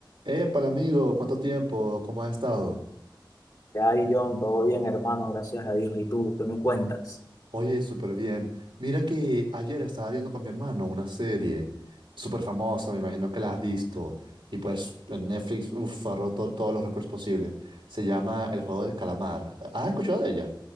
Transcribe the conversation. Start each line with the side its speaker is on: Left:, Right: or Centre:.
Right: Épale, amigo, ¿cuánto tiempo? ¿Cómo has estado?
Left: Ay, John, todo bien, hermano, gracias a Dios. ¿Y tú, qué me cuentas?
Right: Oye, súper bien. Mira que ayer estaba viendo con mi hermano una serie súper famosa, me imagino que la has visto. Y pues en Netflix, uff, ha roto todos los récords posibles. Se llama El Juego del Calamar. ¿Has escuchado de ella?